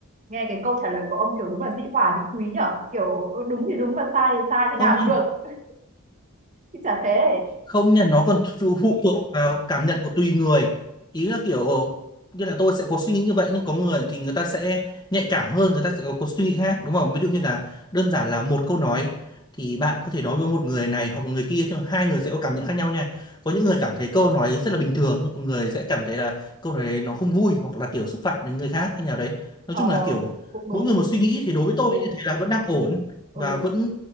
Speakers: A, on the right; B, on the left.
A: nghe cái câu trả lời của ông kiểu đúng là dĩ hòa vi quý nhở kiểu ừ, đúng thì đúng và sai thì sai thì nào
B: không
A: cũng được chứ chả thế
B: không nha nó còn phụ phụ thuộc vào cảm nhận của tùy người ý là kiểu như là tôi sẽ có suy nghĩ như vậy nhưng có người thì người ta sẽ nhạy cảm hơn người ta sẽ có, có suy nghĩ khác đúng không ví dụ như là đơn giản là một câu nói thì bạn có thể nói với một người này hoặc người kia nhưng hai người sẽ có cảm nhận khác nhau nha có những người cảm thấy câu nói rất là bình thường nhưng có người sẽ cảm thấy là câu nói đấy nó không vui hoặc là kiểu xúc phạm đến người khác hay nào đấy nói
A: Ờ,
B: chung là kiểu
A: cũng đúng.
B: mỗi người một suy nghĩ thì đối với tôi
A: Ừ,
B: như thế là vẫn đang ổn
A: ừ.
B: và vẫn